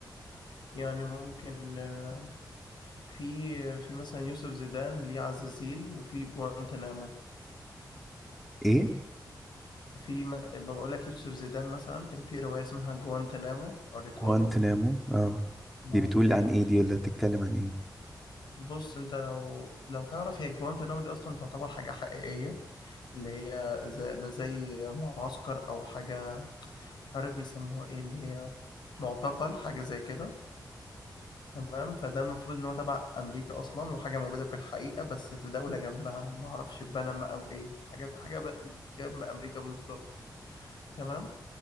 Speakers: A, on the left (about 80°); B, in the centre.
A: يعني ممكن آه، في في مثلا يوسف زيدان ليه عزازيل وفي جوانتنامو
B: ايه
A: في ما- بقول لك يوسف زيدان مثلا كان في رواية اسمها جوانتنامو قريتها
B: جوانتنامو
A: له
B: اه دي
A: اوكي
B: بتقول عن
A: وفي
B: ايه دي ولا بتتكلم عن ايه
A: بص انت لو لو تعرف هي جوانتنامو دي اصلا تعتبر حاجة حقيقية اللي هي زي ده زي معسكر او حاجة مش عارف بيسموها ايه اللي هي معتقل حاجة زي كده تمام فده المفروض ان هو تبع امريكا اصلا وحاجه موجوده في الحقيقه بس في دوله جنبها ما اعرفش بنما او ايه حاجه في حاجه ب- جنب امريكا بالظبط تمام